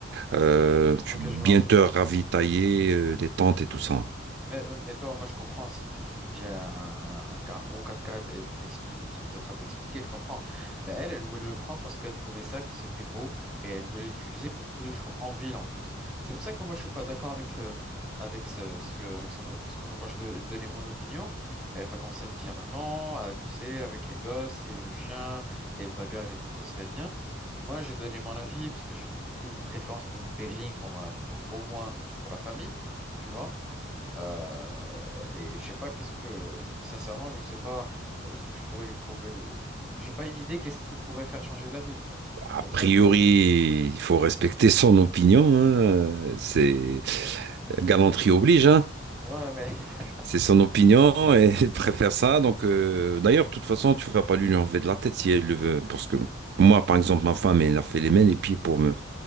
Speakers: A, on the right; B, in the centre.
A: euh,
B: Ouais. Ok,
A: tu peux bien
B: je vois un peu.
A: te ravitailler, euh, des tentes et tout ça.
B: Mais, mais toi, moi, je comprends si tu, si tu me dis un, un- un- qu'un gros quatre quatre et tu m'expliques tout ce que tu es en train de m'expliquer, je comprends. Mais elle, elle voulait le prendre parce qu'elle trouvait ça, que c'était beau et elle voulait l'utiliser pour tous les jours en ville en plus. C'est pour ça que moi, je suis pas d'accord avec, euh, avec, ce, ce- avec son. Parce que moi, quand je, don- je donnais mon opinion, elle m'a commencé à me dire non, euh, tu sais, avec les gosses et le chien et le bagage et tout, ça serait bien. Moi, j'ai donné mon avis parce que j'ai beaucoup plus de préférence pour une berline pendant la, au au moins pour la famille, tu vois. Euh, et je sais pas qu'est-ce que, sincèrement, je sais pas euh, ce que je pourrais lui proposer. J'ai pas une idée qu'est-ce qui pourrait faire changer d'avis, quoi.
A: A
B: C'est
A: priori,
B: pour ça que,
A: il faut respecter son opinion. hein. C'est galanterie oblige. hein.
B: ouais, mais <laughs>
A: C'est son opinion et <laughs> elle préfère ça. Donc, euh, d'ailleurs, de toute façon, tu vas pas lui enlever de la tête si elle le veut, parce que moi, par exemple, ma femme, elle a fait les mains et les pieds pour me